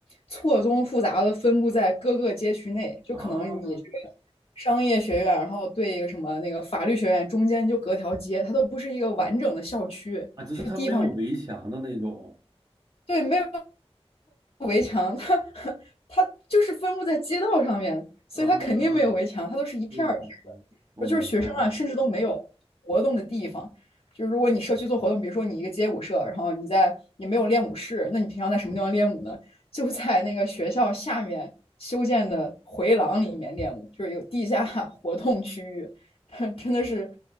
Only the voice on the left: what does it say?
错综复杂的分布在各个街区内，就可能你这个商业学院，
然后对一个什么那个法律学院，中间就隔条街，它都不是一个完整的校区。
就地方对，没有围墙，它 <laughs> 它就是分布在街道上面，所以它肯定没有围墙，
它都是一片儿一片儿的。
而就是学生啊，甚至都没有活动的地方。就是如果你社区做活动，比如说你一个街舞社，然后你在也没有练舞室，那你平常在什么地方练舞呢？<laughs> 就在那个学校下面修建的回廊里面练舞，就是有地下 <laughs> 活动区域。<laughs> 真的是